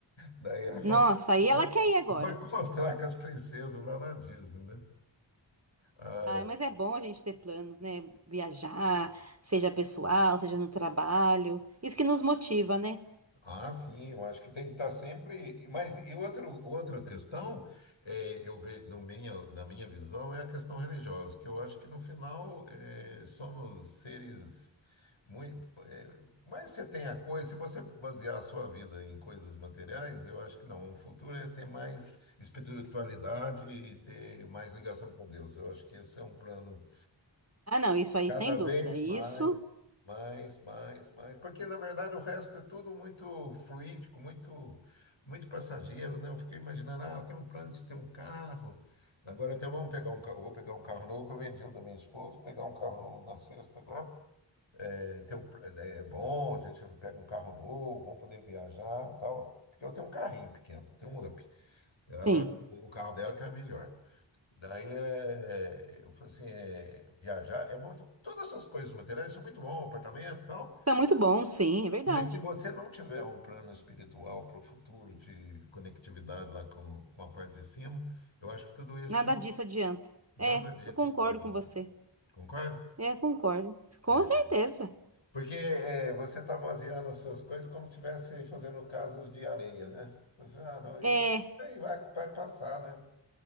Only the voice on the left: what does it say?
Daí ela falou
assim,
eu
vou
eu vou encontrar com as princesas lá na Disney, né? Ah,
ah, sim, eu acho que tem que estar sempre. Mas e outro, outra questão, eh, eu vejo no minha, na minha visão, é a questão religiosa, que eu acho que no final eh, somos seres muito. eh, mas você tem a coisa, se você basear a sua vida em coisas materiais, eu acho que não. O futuro é ter mais espiritualidade e ter mais ligação com Deus. Eu acho que esse é um plano
Cada
vez
mais, mais, mais, mais. Porque, na verdade, o resto é tudo muito fluídico, muito, muito passageiro, né? Eu fiquei imaginando, ah, eu tenho um plano de ter um carro. Agora até vamos pegar um carro, vou pegar um carro novo que eu vendi o da minha esposa, pegar um carro novo na sexta agora. É, tem um, é é bom, a gente pega um carro novo, vamos poder viajar, tal. Porque eu tenho um carrinho pequeno, tenho um Up. Ela,
o carro dela que é melhor. Daí é, eu falei assim, é, viajar é bom todas essas coisas materiais são muito bom, apartamento e tal,
mas se você não tiver um plano espiritual para o futuro de conectividade lá com, com a parte de cima, eu acho que tudo isso
nada
disso
ajuda.
Concorda?
É.
Porque é, você está baseando as suas coisas como se estivesse fazendo casas de areia, né? Você, ah, não,
isso aí vai, vai passar, né?